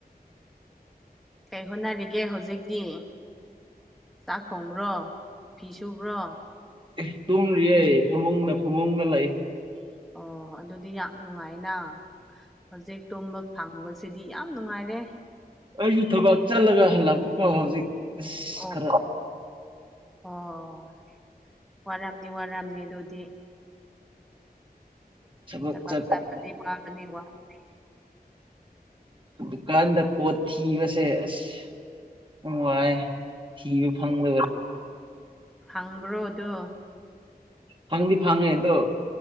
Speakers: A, in the centre; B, on the right.
A: ꯀꯩ ꯍꯣꯠꯅꯔꯤꯒꯦ ꯍꯧꯖꯤꯛꯇꯤ ꯆꯥꯛ ꯊꯣꯡꯕ꯭ꯔꯣ ꯐꯤ ꯁꯨꯕ꯭ꯔꯣ
B: ꯑꯦ ꯇꯨꯝꯔꯤꯌꯦ ꯐꯃꯨꯡꯗ ꯐꯃꯨꯡꯗ ꯂꯩ
A: ꯑꯣ ꯑꯗꯨꯗꯤ ꯌꯥꯝ ꯅꯨꯡꯉꯥꯏꯅ ꯍꯧꯖꯤꯛ ꯇꯨꯝꯕ ꯐ ꯍꯪꯕꯁꯤꯗꯤ ꯌꯥꯝ ꯅꯨꯡꯉꯥꯏꯔꯦ
B: ꯑꯩꯁꯨ ꯊꯕꯛ ꯆꯠꯂꯒ ꯍꯜꯂꯛꯄꯀꯣ ꯍꯧꯖꯤꯛ ꯑꯁ
A: ꯑꯣ
B: ꯈꯔ
A: ꯑꯣ ꯋꯥꯔꯥꯝꯅꯤ ꯋꯥꯔꯥꯝꯅꯤ ꯑꯗꯨꯗꯤ
B: ꯁꯛ
A: ꯊꯕꯛ
B: ꯆꯅꯤ
A: ꯆꯠꯄꯗꯤ ꯋꯥꯕꯅꯤ ꯋꯥꯕꯅꯤ
B: ꯗꯨꯀꯥꯟꯗ ꯄꯣꯠ ꯊꯕꯁꯦ ꯑꯁ ꯑꯣ ꯋꯥꯥꯏ ꯊꯤꯕ ꯐꯪꯗꯕ
A: ꯐꯪꯕ꯭ꯔꯣꯗꯣ
B: ꯐꯪꯗꯤ ꯐꯪꯉꯦ ꯑꯗꯣ